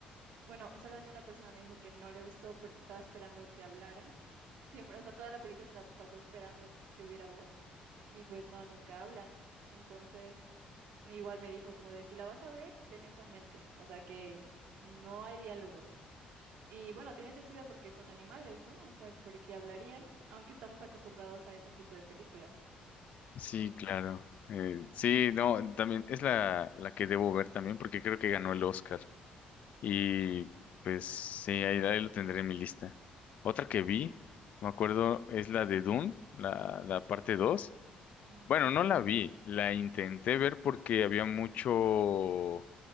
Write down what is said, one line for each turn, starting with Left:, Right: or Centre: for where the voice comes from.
Right: Bueno, solamente una persona me dijo que no le gustó porque estaba esperando que hablaran. Siempre, o sea, toda la película se la pasó esperando que hubiera voz y pues no, nunca hablan. Entonces, me- igual me dijo como de, si la vas a ver, ten eso en mente. O sea, que no hay diálogos. Y bueno, tiene sentido porque son animales, ¿no? O sea, porque hablarían, aunque estamos acostumbrados a ese tipo de películas.
Left: Sí,
Right: En...
Left: claro. Eh, sí, no, también es la, la que debo ver también porque creo que ganó el Oscar. Y pues sí, ahí, ahí lo tendré en mi lista. Otra que vi, me acuerdo, es la de Dune, la, la parte 2.
Right: Mm,
Left: Bueno,
Right: Ok.
Left: no
Right: En-
Left: la vi, la intenté ver porque había mucho,